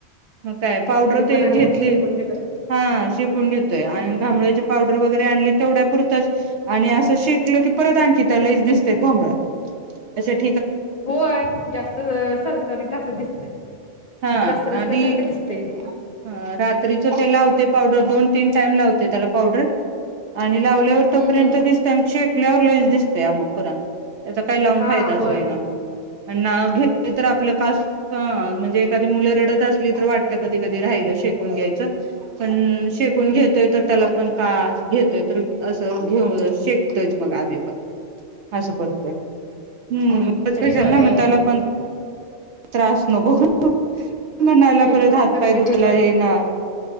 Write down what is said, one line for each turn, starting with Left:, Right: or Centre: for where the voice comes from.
Right: मग काय पावडर
Left: तरी
Right: ते
Left: पण आणि
Right: घेतली
Left: शेकून घेत
Right: हा शेकुन घेत तय अन घामोळीच्या पावडर वगरे आणली तेवढ्या पुरच आणि आज ते शेकलं की परत आणखीन त्या लईच दिसतेत घामोळ्या अशात
Left: होय. जास्त सरसरीत अस दिसतय,
Right: हा
Left: रसरसल्यासारखं
Right: आधी
Left: दिसतय ते
Right: ह रात्रीच ते लावते पावडर दोन तीन टाईम लावते त्याला पावडर आणि लावल्यावर तोपर्यंत
Left: हम्म हम्म
Right: दिस त्यांची ल्यावर लईच दिस तया मग पुन्हा, त्याचा काही लावून
Left: हा
Right: फायदाच
Left: होय
Right: होईना. अन नाव घेतले तर आपलं कास हं म्हणजे एखादी मुलं रडत असली तर वाटत कधी कधी राहिलं शेकून घ्यायचं, पण शेकून घेतोय तर त्याला पण कास घेतोय तर असं घेऊ शेकतोयच मग आधी आम्ही पण हस करतोय हम्म उगच
Left: तरी
Right: कशाला
Left: बरं आहे
Right: म्हण
Left: घ्या
Right: त्याला पण त्रास नको ग बिलकु म्हणायला
Left: शेकभात
Right: परत हातपाय
Left: करते
Right: दुखला
Left: ते बरं
Right: हे ना